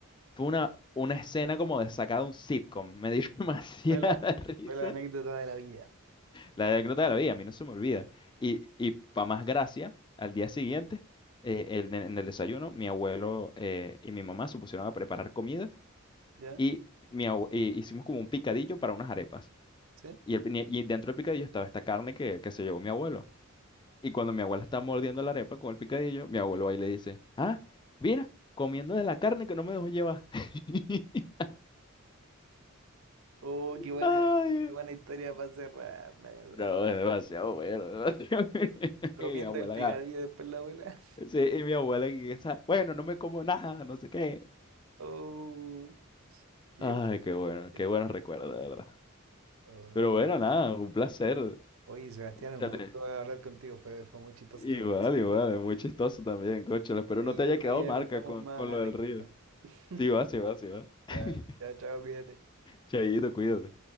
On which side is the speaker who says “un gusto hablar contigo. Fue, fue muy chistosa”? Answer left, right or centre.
Right